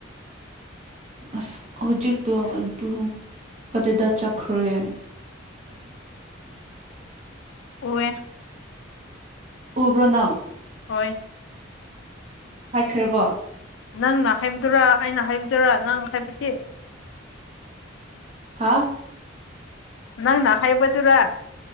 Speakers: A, on the right; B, on the left.
A: ꯑꯁ ꯍꯧꯖꯤꯛꯇꯣ ꯑꯗꯨ ꯀꯗꯥꯏꯗ ꯆꯠꯈ꯭ꯔꯦ
B: ꯑꯣꯋ
A: ꯎꯕ꯭ꯔꯅꯪ
B: ꯍꯣꯏ
A: ꯍꯥꯏꯈ꯭ꯔꯕꯣ
B: ꯅꯪꯅ ꯍꯥꯏꯕꯗꯨꯔꯥ ꯑꯩꯅ ꯍꯥꯏꯕꯗꯨꯔꯥ ꯅꯪ ꯍꯥꯏꯕꯗꯤ
A: ꯍꯥꯥ
B: ꯅꯪ ꯅꯅꯥ ꯈꯥꯏꯕꯗꯨꯔꯥ